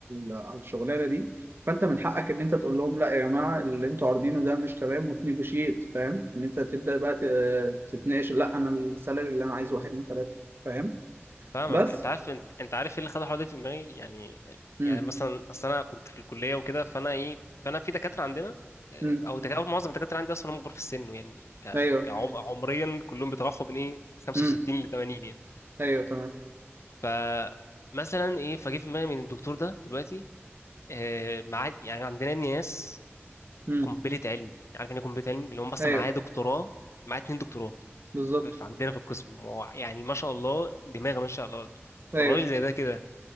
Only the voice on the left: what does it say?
فاهمك
انت عارف انت, انت عارف ايه اللي خلى الحوار ده في دماغي يعني
يعني مثلا اصل انا كنت في الكليه وكده فانا ايه فانا في دكاتره عندنا اه،
او دكاتره معظم الدكاتره عندي اصلا هم كبار في السن يعني ك...
كعم... عمريا كلهم بيتراوحوا بين ايه 65
ل 80 يعني
ف مثلا ايه فجه في دماغي من الدكتور ده دلوقتي آه، مع يعني عندنا ناس
قنبله علم عارف يعني ايه قنبله علم اللي هم اصلا
معايا دكتوراه معايا اتنين دكتوراه
ف- ف- عندنا في القسم هو يعني ما شاء الله دماغه ما شاء الله فالراجل
زي ده كده